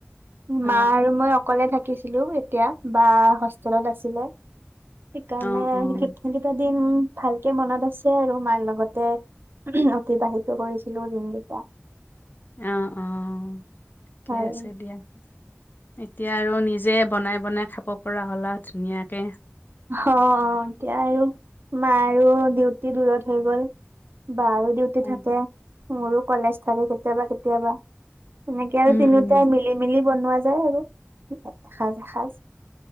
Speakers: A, on the left; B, on the right.
A: অ',
B: মা আৰু মই অকলে থাকিছিলোঁ এতিয়া বা হোষ্টেলত আছিলে। সেইকাৰণে
A: অ', অ',
B: <unintelligible> দিন ভালকে মনত আছে আৰু মাৰ লগতে- অতিবাহিত কৰিছিলো দিনকেইটা।
A: অঁ অঁ' ঠিকে
B: হয়।
A: আছে দিয়া। এতিয়া আৰু নিজে বনাই বনাই খাব পৰা হ'লা ধুনীয়াকে।
B: অঁহ' অঁ' এতিয়া আৰু মাৰো ডিউটি দূৰত হৈ গ'ল। বাৰো ডিউটি
A: উম,
B: ডিউটি থাকে, মোৰো কলেজ থাকে কেতিয়াবা কেতিয়াবা, সেনেকে
A: উম,
B: আৰু তিনিওটাই মিলি মিলি মিলি বনোৱা যায় আৰু এখাজ এখাজ।